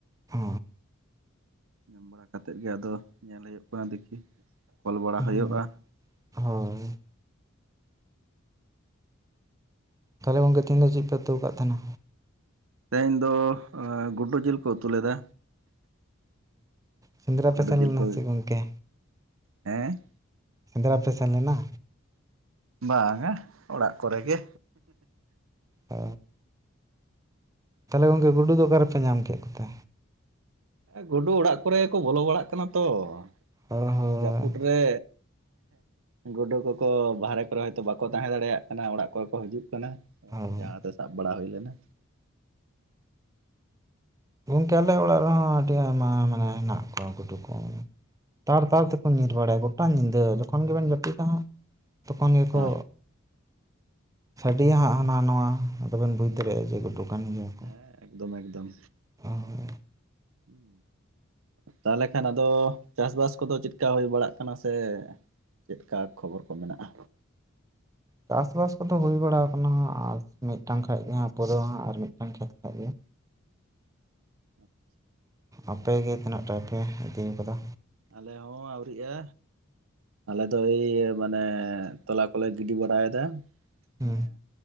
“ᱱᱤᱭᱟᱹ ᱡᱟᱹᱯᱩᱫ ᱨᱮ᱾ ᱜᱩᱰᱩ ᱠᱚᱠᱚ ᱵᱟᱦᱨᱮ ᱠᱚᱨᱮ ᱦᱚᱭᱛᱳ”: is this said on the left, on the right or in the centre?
Right